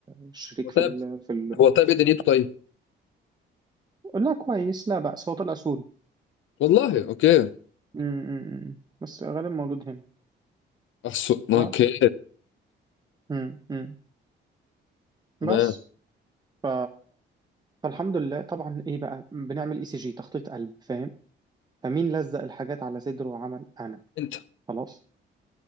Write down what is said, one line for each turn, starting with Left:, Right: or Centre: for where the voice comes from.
Right: الشريك
Left: هو طيب
Right: في ال... في ال...
Left: هو طيب ايه دنيته طيب
Right: لا كويس لا بأس هو طلع سوري
Left: والله اوكي
Right: م- م- م. بس غالبا مولود هنا
Left: احسن اوكي
Right: بس م- م.
Left: تمام
Right: بس ف... فالحمد لله طبعا ايه بقى بنعمل اي سي جي تخطيط قلب فاهم فمين لزق الحاجات على صدره وعمل انا
Left: انت
Right: خلاص